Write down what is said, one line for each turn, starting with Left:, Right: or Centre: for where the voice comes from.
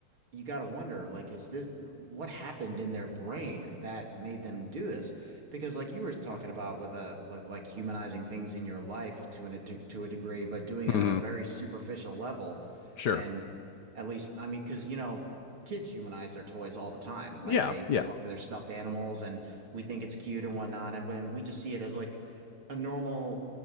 Right: you got to wonder like is this what happened in their brain that made them do this because like you were talking about with a with like humanizing things in your life to an to, to a degree but doing it
Left: hmm
Right: at a very superficial level
Left: Sure.
Right: and at least I mean because you know kids humanize their toys all the time
Left: Yeah,
Right: like they
Left: yeah,
Right: talk to their stuffed animals and we think it's cute and whatnot and when we just see it as like a normal